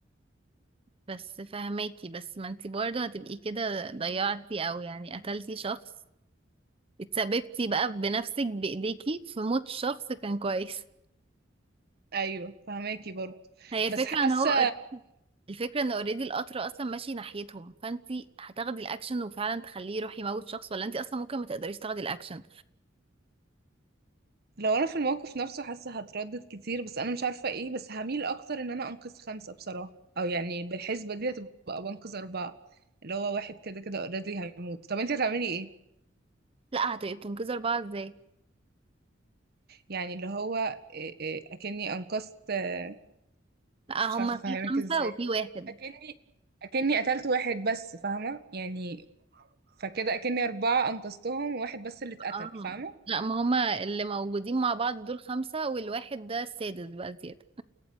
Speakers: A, on the right (about 30°); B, on the right (about 55°).
A: بس فهماكي بس ما انتي برضه هتبقي كده ضيعتي او يعني قتلتي شخص اتسببتي بقى بنفسك بايديكي في موت شخص كان كويس
B: ايوه فهماكي برضه
A: هي الفكره
B: بس حاسه
A: ان هو الفكره ان اوريدي القطر اصلا ماشي ناحيتهم فانتي هتاخدي الاكشن وفعلا تخليه يروح يموت شخص ولا انتي اصلا ممكن ما تقدريش تاخدي الاكشن
B: لو انا في الموقف نفسه حاسه هتردد كتير بس انا مش عارفه ايه بس هميل اكتر ان انا انقذ خمسه بصراحه او يعني بالحسبه دي هتبقى بنقذ اربعه اللي هو واحد كده كده اوريدي هيموت طب انت هتعملي ايه
A: لا هتبقي بتنقذي اربعه ازاي
B: يعني اللي هو إيه إيه اكني انقذت آه،
A: لا هما
B: مش عارفه افهمك
A: في خمسه
B: ازاي
A: وفي واحد
B: اكني اكني قتلت واحد بس فاهمه يعني فكده اكني اربعه انقذتهم وواحد بس اللي اتقتل
A: اه
B: فاهمه
A: لا ما هما اللي موجودين مع بعض دول خمسه والواحد ده السادس بقى زياده